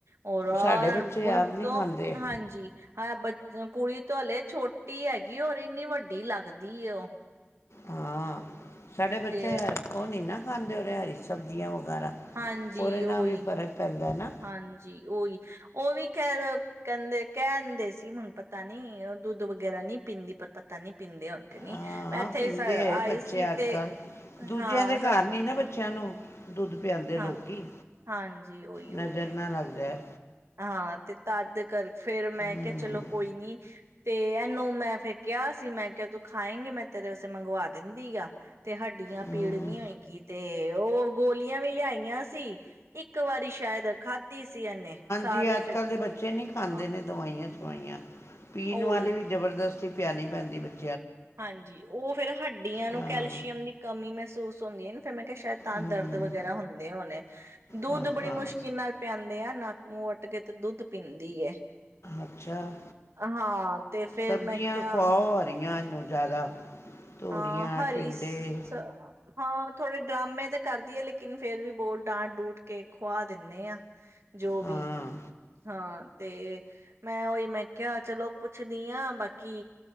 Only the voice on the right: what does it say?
ਹੋ
ਗੁਣ
ਤੋਂ
ਹਾਂਜੀ ਹਾਂ ਕੁੜੀ ਤੋਂ ਹਲੇ ਛੋਟੀ ਹੈਗੀ ਔਰ ਇੰਨੀ ਵੱਡੀ ਲੱਗਦੀ ਹੈ ਉਹ।
ਤੇ
ਹਾਂਜੀ
ਉਹੀ
ਹਾਂਜੀ, ਉਹੀ ਉਹ ਵੀ ਖੈਰ ਕਹ ਕਹਿੰਦੇ ਸੀ, ਹੁਣ ਪਤਾ ਨੀ ਉਹ ਦੁੱਧ ਵਗੈਰਾ ਨਹੀਂ ਪੀਂਦੀ ਪਰ ਪਤਾ ਨੀ ਪੀਂਦੇ ਹੁਣ ਤੇ ਨਹੀ।
ਇੱਥੇ
ਆਏ
ਸੀ
ਹਾਂ
ਸਾ
ਹਾਂ
ਹਾਂਜੀ ਉਹੀ ਉਹੀ
ਹਾਂ ਤੇ ਤਦ ਕਰ ਫਿਰ ਮੈਂ
ਕਿਹਾ ਚਲੋ ਕੋਈ ਨੀ ਤੇ ਇਹਨੂੰ ਮੈਂ ਫਿਰ ਕਿਹਾ ਸੀ ਮੈਂ ਕਿਹਾ ਤੂੰ ਖਾਏਂਗੀ ਮੈਂ ਤੇਰੇ ਵਸੇ ਮੰਗਵਾ ਦਿੰਦੀ ਆ ਤੇ ਹੱਡੀਆਂ
ਪੀੜ ਨੀ ਹੋਏਗੀ ਤੇ ਉਹ ਗੋਲੀਆਂ ਵੀ ਲਿਆਈਆਂ ਸੀ ਇੱਕ ਵਾਰੀ ਸ਼ਾਇਦ ਖਾਧੀ ਸੀ ਇਹਨੇ ਸਾਰੀ
ਫਿਰ
ਹਾਂ
ਉਹੀ
ਹਾਂਜੀ ਉਹ ਫਿਰ ਹੱਡੀਆਂ ਨੂੰ
ਕੈਲਸ਼ੀਅਮ ਦੀ ਕਮੀ ਮਹਸ ਮਹਿਸੂਸ ਹੁੰਦੀ ਏ ਨਾ ਫਿਰ ਮੈਂ ਕਿਹਾ ਸ਼ਾਇਦ ਤਾਂ
ਦਰਦ ਵਗੈਰਾ ਹੁੰਦੇ ਹੋਣੇ ਦੁੱਧ
ਬੜੀ
ਮੁਸ਼ਕਿਲ ਨਾਲ ਪਿਆਂਦੇ ਆ ਨਾ ਮੂੰਹ ਅੱਡ ਕੇ ਤੇ ਦੁੱਧ ਪੀਂਦੀ ਹੈ
ਹਾਂ ਤੇ ਫਿਰ
ਮੈਂ ਕਿਹਾ
ਹਾਂ ਹਰੀ
ਸ ਥੋੜੇ ਡਰਾਮੇ ਤੇ ਕਰਦੀ ਹੈ। ਲੇਕਿਨ ਫੇਰ ਵੀ ਬੋਲ ਡਾਂਟ ਡੂਟ ਕੇ ਖੁਆ ਦਿੰਨੇ ਆ ਜੋ
ਵੀ ਹਾਂ ਤੇ ਮੈਂ ਉਹੀ ਮੈਂ ਕਿਹਾ ਚਲੋ ਪੁੱਛਦੀ ਹਾਂ ਬਾਕੀ